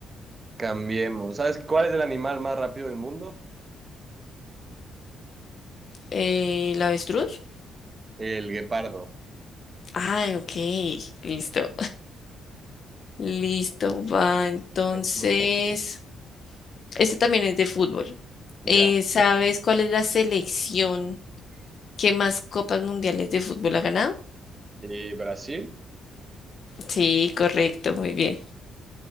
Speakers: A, on the right (about 30°); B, on the left (about 50°).
A: Cambiemos. ¿Sabes cuál es el animal más rápido del mundo?
B: Eh, ¿el avestruz?
A: El guepardo.
B: Ay, ok. Listo. Listo, va. Entonces,
A: Te toca.
B: este también es de fútbol.
A: Ya.
B: Eh, ¿sabes cuál es la selección que más copas mundiales de fútbol ha ganado?
A: Eh, Brasil.
B: Sí, correcto, muy bien.